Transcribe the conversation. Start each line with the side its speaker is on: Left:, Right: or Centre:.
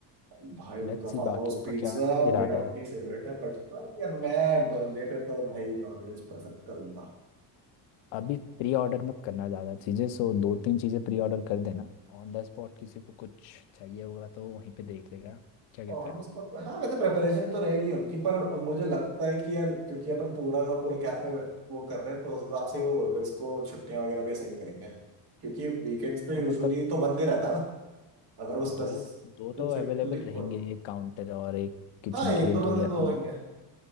Right: है। भाई
Left: लेट्स
Right: उनका
Left: सी
Right: फार्म
Left: बाकियों
Right: हाउस पिज्जा
Left: का क्या इरादा
Right: मेरा अपनी
Left: है
Right: फेवरेट है बट यार मैं बर्थडे पे तो भाई नॉनवेज पसंद करूंगा
Left: अभी प्री ऑर्डर मत करना ज़्यादा चीज़ें सो दो तीन चीज़ें प्री ऑर्डर कर देना ऑन द स्पॉट किसी को कुछ चाहिए होगा तो वो वहीं पे देख लेगा क्या कहता
Right: और हम
Left: है
Right: उसको हाँ वैसे प्रिपरेशन तो रहेगी उनकी पर मुझे लगता है कि यार क्योंकि अपन पूरा का पूरा कैफे वो कर रहे हैं तो उस हिसाब से वो वर्कर्स को छुट्टियां वगैरह भी असाइन करेंगे क्योंकि वीकेंड्स पे
Left: हाँ
Right: यूजुअली
Left: मतलब
Right: तो बंद ही रहता है ना अगर वो
Left: दो
Right: स्पेसिफिकली
Left: दो तो अवेलेबल
Right: खोल
Left: रहेंगे एक काउंटर और एक किचन
Right: हाँ
Left: के
Right: एक
Left: लिए
Right: दो
Left: दो
Right: बंदे
Left: या
Right: तो
Left: तीन
Right: होंगे